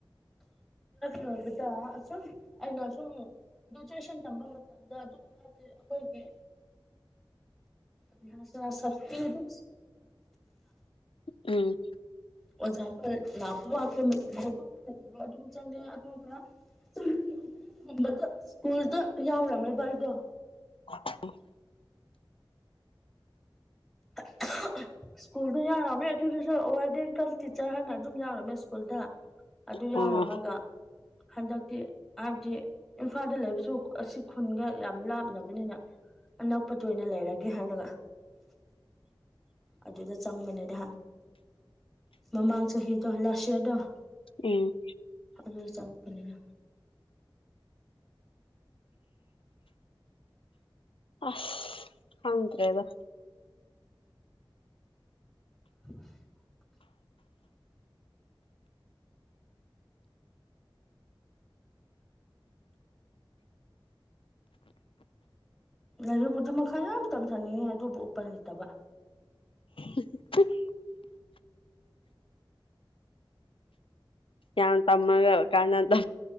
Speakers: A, in the centre; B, on the left.
A: ꯂꯣꯏꯕꯗ ꯑꯁꯨꯝ ꯑꯩꯅ ꯑꯁꯨꯝ ꯒꯔ꯭ꯦꯖꯨꯋꯦꯁꯟ ꯇꯝꯕ ꯃꯇꯝꯗ ꯑꯗꯨꯝ ꯍꯥꯏꯗꯤ ꯑꯩꯈꯣꯏꯒꯤ <unintelligible> ꯁꯀꯨꯜꯗ
B: ꯎꯝ
A: ꯑꯣꯖꯥ <unintelligible> <unintelligible> ꯁ꯭ꯀꯨꯜꯗ ꯌꯥꯎꯔꯝꯃꯦꯕꯥ ꯑꯩꯗꯣ
B: <unintelligible>
A: <unintelligible> ꯁ꯭ꯀꯨꯜꯗꯨ ꯌꯥꯎꯔꯝꯃꯦ ꯑꯗꯨꯗꯨꯁꯨ ꯋꯔꯗꯦꯟ ꯀꯝ ꯇꯤꯆꯔ ꯍꯥꯏꯅ ꯑꯗꯨꯝ ꯌꯥꯎꯔꯝꯃꯦ ꯁ꯭ꯀꯨꯜꯗ ꯑꯗꯨ
B: ꯑꯣ
A: ꯌꯥꯔꯝꯃꯒ ꯍꯟꯗꯛꯇꯤ ꯍꯥꯏꯕꯗꯤ ꯏꯝꯐꯥꯜꯗ ꯂꯩꯕꯁꯨ ꯑꯁꯤ ꯈꯨꯟꯒ ꯌꯥꯝ ꯂꯥꯞꯅꯕꯅꯤꯅ ꯑꯅꯛꯄꯗ ꯑꯣꯏꯅ ꯂꯩꯔꯒꯦ ꯍꯥꯏꯅꯒ ꯑꯗꯨꯗ ꯆꯪꯕꯅꯦꯗꯥ ꯃꯃꯥꯡ ꯆꯍꯤꯗꯣ ꯂꯥꯁ ꯌꯔꯗꯣ
B: ꯎꯝ
A: ꯑꯗꯨꯗ ꯆꯪꯉꯛꯄꯅꯤꯅ
B: ꯑꯁ ꯈꯪꯗ꯭ꯔꯦꯗ
A: <unintelligible> ꯂꯥꯏꯔꯤꯛꯄꯨꯗꯨ ꯃꯈꯥ ꯌꯥꯝ ꯇꯝꯊꯅꯤꯡꯉꯤ ꯑꯗꯨꯕꯨ ꯎꯄꯥꯏ ꯂꯩꯇꯕ
B: <inaudible> ꯌꯥꯝ ꯇꯝꯃꯒ ꯀꯥꯟꯅꯗ